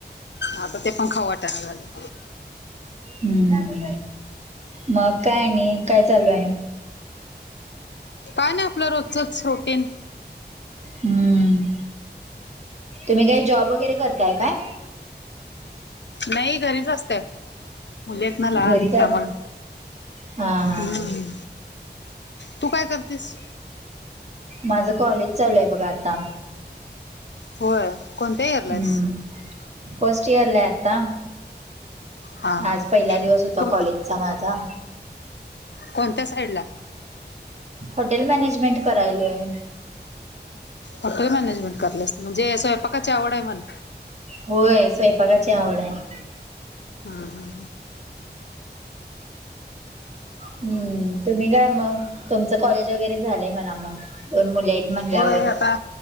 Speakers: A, on the left (about 85°); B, on the right (about 40°).
A: आता ते पण खाऊ वाटना झाले
B: ह् मकाय नाही काय चालू आहे
A: काय नाही आपलं रोजचच रुटीन
B: हम्म तुम्ही काही जॉब वगैरे करताय काय
A: नाही घरीच असते मुली आहेत ना लहान
B: घरीच
A: त्यामुं
B: अस हा हा
A: हम्
B: हा
A: तू काय करतेस
B: माझं कॉलेज चालू आहे बघा आता
A: होय कोणत येरलायस
B: हम्म फर्स्ट इयरला आता
A: हा हा
B: आज पहिला दिवस होता
A: को
B: कॉलेजचा माझा
A: कोणत्या साईड ला
B: हॉटेल मॅनेजमेंट करायल आहे
A: हॉटेल मॅनेजमेंट करलेस म्हणजे स्वयंपाकाची आवड आहे मण
B: होय स्वयंपाकाची आवड आहे
A: हा हा हा
B: हम्म तुम्ही काय मग तुमचं कॉलेज वगैरे झालंय म्हणा मग दोन मुली आहेत म्हणल्यावर
A: होय आता